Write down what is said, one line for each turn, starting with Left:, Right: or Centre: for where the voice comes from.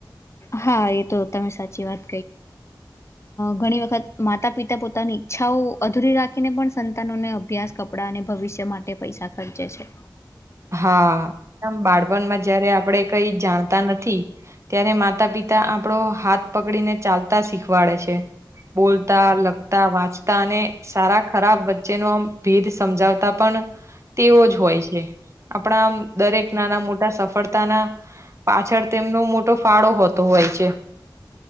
Left: હા એ તો તમે સાચી વાત. ઘણી વખત માતા પિતા પોતાની ઈચ્છાઓ અધૂરી રાખીને પણ સંતાન અભ્યાસ કપડા અને ભવિષ્ય માટે પૈસા ખર્ચે છે.
Right: હા એદમ બાળપણમાં જયારે આપડ કઈ જાણતા નથી. ત્યારે માતા પિતા આપણો હાથ પકડીને ચાલતા શીખવાડે છે. બોલતા લખતા વાંચતા અને સારા ખરાબ વચ્ચેનો આમ ભેદ સમજાવતા પણ તેવો જ હોય છે. આપણામ દરેક નાના મોટા સફળતા ના પાછળ તેમનો મોટો ફાળો હોતો હોય છે.